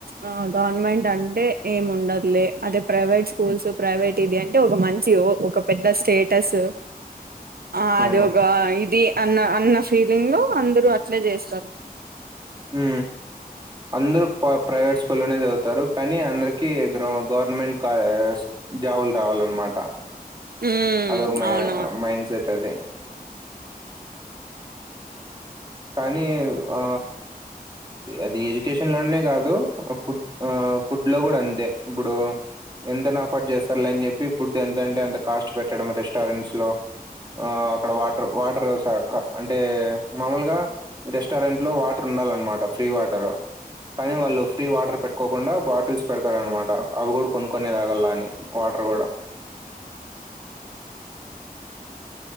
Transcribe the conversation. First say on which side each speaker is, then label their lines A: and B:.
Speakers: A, on the right; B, on the right.
A: ఆ గవర్నమెంట్ అంటే ఏమి ఉండదులే అదే ప్రైవేట్ స్కూల్సు ప్రైవేట్ ఇది అంటే ఒక మంచి ఓ. ఒక పెద్ద స్టేటస్ ఆ
B: అవును.
A: అది ఒకా ఇదీ అన్న అన్న ఫీలింగు అందరూ అట్నే చేస్తరు.
B: ఊ అందరూ ప్రైవేట్ స్కూల్లోనే చదువుతారు. కానీ అందరికీ గ్రౌ గవర్నమెంట్ స్క్ జాబులు రావాలన్నమాటా.
A: హ్మ్.
B: అద ఒక మై
A: అవునవును.
B: మైండ్ సెట్ అదీ. కానీ ఆ అది ఎడ్యుకేషన్ లోనే కాదు ఫుడ్ ఆ ఫుడ్ లో గూడా అంతే ఇప్పుడూ. ఎంతైనా అఫర్డ్ చేస్తారులే అని చెప్పి ఫుడ్ ఎంతంటే అంత కాస్ట్ పెట్టడం రెస్టారెంట్స్ లో. ఆ అక్కడ వాటర్ వాటర్ స క అంటే మామూలుగా. రెస్టారెంట్ లో వాటర్ ఉండాలన్నమాట ఫ్రీ వాటరు. కానీ వాళ్ళు ఫ్రీ వాటర్ పెట్టుకోకుండా బాటిల్స్ పెడతారనుమాట అవి కూడా కొను కొనే తాగలా అని వాటర్ గూడా.